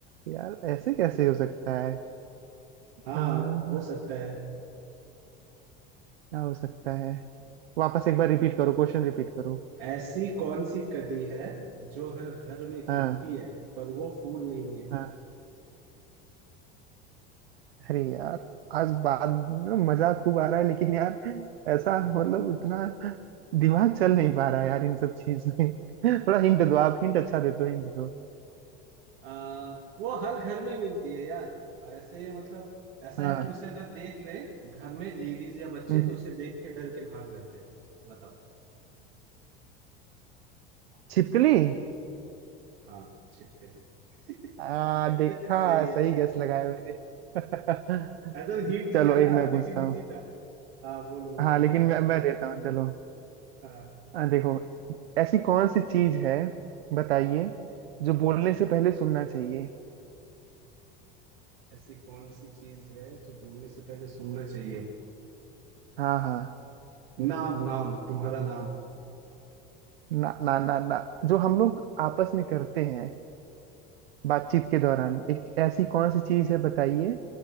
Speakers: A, on the right (about 80°); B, on the right (about 70°).
A: यार ऐसे कैसे हो सकता है अ,
B: हाँ
A: क्या
B: हो सकता है
A: हो सकता है वापस एक बार रिपीट करो क्वेश्चन रिपीट करो
B: ऐसी कौन सी कली है जो हर घर में
A: हाँ
B: खिलती है पर वो फूल नहीं है
A: हाँ। अरे यार आज बाद में मजा खूब आ रहा है लेकिन यार ऐसा
B: <laughs>
A: मतलब इतना दिमाग चल नहीं पा रहा है यार इन सब चीज में <laughs> थोड़ा हिंट दो आप हिंट अच्छा देते हो हिंट दो
B: आ, वो हर घर में मिलती है यार और ऐसे मतलब ऐसा
A: हाँ
B: है कि उसे अगर देख ले घर में लेडीज या बच्चे
A: हम्म,
B: तो उसे देख के डर के भाग जाते हैं बताओ
A: छिपकली
B: हाँ छिपकली <laughs>
A: आ, देखा
B: सही है
A: सही गेस लगाया मैंने <laughs>
B: ऐसा हिंट दिया
A: चलो एक
B: ना
A: मैं पूछता
B: लेकिन
A: हूँ
B: इजी था हाँ बोलो बोलो
A: हाँ लेकिन मैं
B: चलो
A: मैं देता हूँ चलो
B: हाँ
A: आ, देखो ऐसी कौन सी चीज है बताइए
B: हाँ
A: जो बोलने से पहले सुनना चाहिए
B: ऐसी कौन सी चीज है जो बोलने से पहले सुनना चाहिए
A: हाँ हाँ
B: नाम नाम तुम्हारा नाम
A: ना ना ना ना जो हम लोग आपस में करते हैं बातचीत के दौरान एक ऐसी कौन सी चीज है बताइए